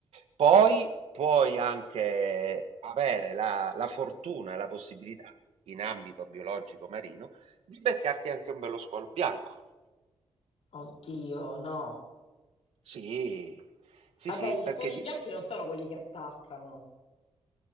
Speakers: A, on the right; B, on the left.
A: Poi puoi anche avere la, la fortuna e la possibilità, in ambito biologico marino, di beccarti anche un bello squalo bianco.
B: oddio, no.
A: Sì, sì,
B: Vabbè,
A: sì,
B: gli
A: perché
B: squali
A: gli,
B: bianchi non sono quelli che attaccano.